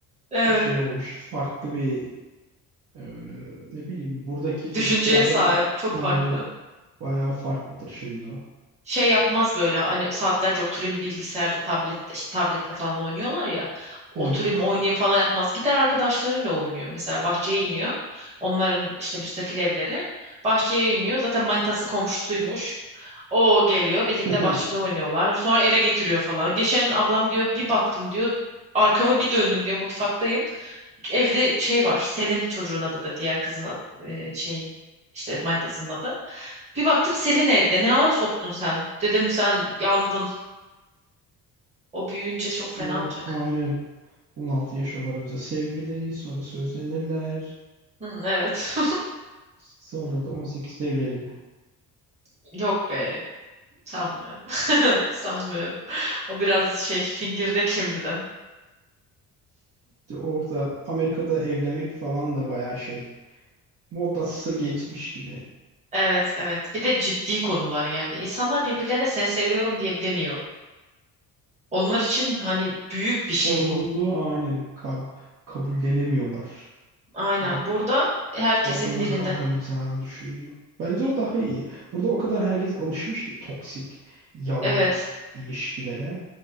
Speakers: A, on the right; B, on the right.
A: Evet.
B: şey olmuştu. Farklı bir e, ne bileyim buradaki çocuklardan
A: Düşünceye sahip. Çok
B: aynen
A: farklı.
B: bayağı farklıdır şimdi o.
A: şey yapmaz böyle hani saatlerce oturayım bilgisayarda tablette işte tabletle falan oynuyorlar ya oturayım
B: Evet.
A: oynayayım falan yapmaz gider arkadaşlarıyla oynuyor mesela bahçeye iniyor onların işte müstakil evleri bahçeye iniyor zaten manitası komşusuymuş o geliyor birlikte
B: <laughs>
A: bahçede oynuyorlar sonra eve getiriyor falan geçen ablam diyor bir baktım diyor arkamı bir döndüm diyor mutfaktayım evde şey var Selin çocuğun adı da diğer kızın adı, e, şeyin işte manitasının adı bir baktım Selin evde. Ne ara soktun sen? Dedim sen yandın. O büyüyünce çok fena
B: Bunlar
A: olacak.
B: aynen 16 yaşa varınca sevgili sonra sözlenirler.
A: Hı, evet.
B: Sonra da 18'de evlenirler.
A: <laughs> Yok be. Sanmıyorum. <laughs> Sanmıyorum. O biraz şey fingirdek şimdiden.
B: İşte orada Amerika'da evlenmek falan da bayağı şey. Modası geçmiş gibi.
A: Evet evet. Bir de ciddi konular yani. İnsanlar birbirlerine sen seviyorum diye demiyor. Onlar için hani büyük
B: Sorumluluğu
A: bir şey bu.
B: aynen kab- kabullenemiyorlar.
A: Aynen.
B: Ya da
A: Burada herkesin
B: altından
A: dilinde.
B: kalkamayacağını düşünüyor. Bence o daha iyi. Burada o kadar herkes alışmış ki toksik, yalan
A: Evet.
B: ilişkilere.